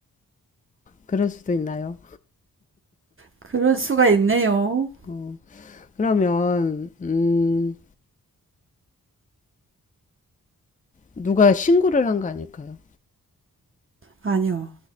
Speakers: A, on the left; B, on the right.
A: 그럴 수도 있나요?
B: 그럴 수가 있네요.
A: 어, 그러면, 음, 누가 신고를 한 거 아닐까요?
B: 아니요.